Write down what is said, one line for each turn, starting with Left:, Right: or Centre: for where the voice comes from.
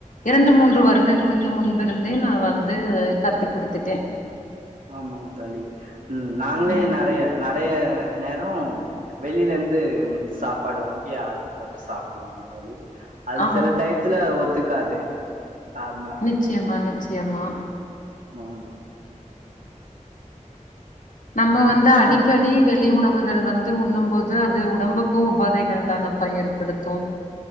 Left: இரண்டு மூன்று வருடங்களுக்கு முன்பிருந்தே நா வந்து கத்து குடுத்துட்டே
Right: ஆமாங் தோழி ம் நாங்ளே
Left: ம்
Right: நறைய நறைய நேரோம் வெளிலேந்து ம் சாப்பாடு வாங்கி ஆர்ட்ரு போட்டு சாப்டுவோங் தோழி அது
Left: ஆ
Right: செல டயத்துல ஒத்துக்காது காரம்லா
Left: நிச்சயமா நிச்சயமா
Right: நோ நோ
Left: நம்ம வந்து
Right: அந்த
Left: அடிக்க டி வெளி உணவுகள் வந்து உண்ணுபோது அது உடம்புக்கு உபாதைகள் தானப்பா ஏற்படுத்து